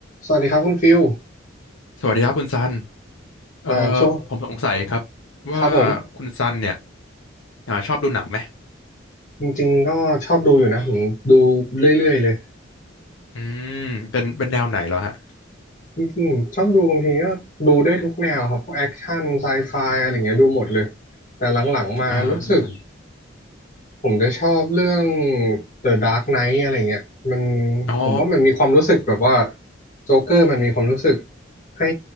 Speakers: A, on the left; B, on the left.
A: สวัสดีครับคุณฟิล
B: สวัสดีครับคุณซันเอ่อ
A: อ่าช่วง
B: ผมสงสัยครับว่า
A: ครับผม
B: คุณซันเนี่ยอ่าชอบดูหนังไหม
A: จริงๆก็ชอบดูอยู่นะผมดูเรื่อยๆเลย
B: อืมเป็นเป็นแนวไหนเหรอฮะ
A: จริงๆชอบดูบางทีก็ดูได้ทุกแนวครับพวกแอคชั่นไซไฟอะไรอย่างเงี้ยดูหมดเลยแต่หลังๆมารู้สึก
B: อ่า
A: ผมจะชอบเรื่อง The Dark Knight อะไรเงี้ยมัน
B: อ๋อ
A: ผมว่ามันมีความรู้สึกแบบว่าโจ๊กเกอร์มันมีความรู้สึกให้